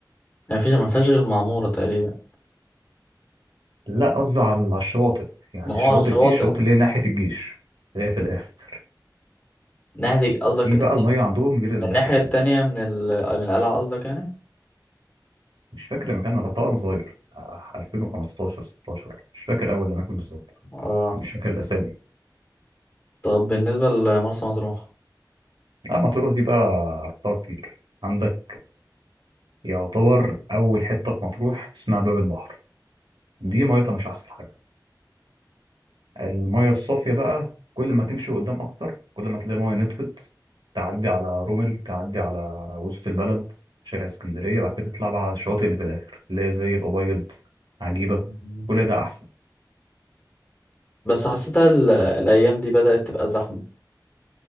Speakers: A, on the left; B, on the right.
A: يعني فيش ما فيهاش غير المعموره تقريبا
B: لا قصدي على على الشواطئ يعني
A: ما هو
B: الشواطئ
A: على الشواطئ
B: فيه الشواطئ اللي هي ناحية الجيش اللي هي في الآخر
A: ناحيه قصدك
B: دي
A: ناحية-
B: بقى المية عندهم غير الناحية
A: من الناحيه
B: التانية
A: التانية من ال... من القلعه قصدك يعني
B: مش فاكر المكان أنا رحتها وأنا صغير آه، 2015 16 مش فاكر أول الأماكن بالظبط
A: اه
B: يعني مش فاكر الأسامي
A: طب بالنسبة لمرسى مطروح
B: اه مطروح دي بقى رحتها كتير عندك يعتبر أول حتة في مطروح اسمها باب البحر دي ميتها مش أحسن حاجة المية الصافية بقى كل ما تمشي قدام أكتر كل ما تلاقي مية نطفت تعدي على رومل تعدي على وسط البلد شارع اسكندرية بعد كده تطلع بقى على الشواطئ اللي في الآخر اللي هي زي الأبيض عجيبة
A: تمام.
B: كل ده أحسن
A: بس حسيتها ال- الأيام دي بدأت تبقى زحمة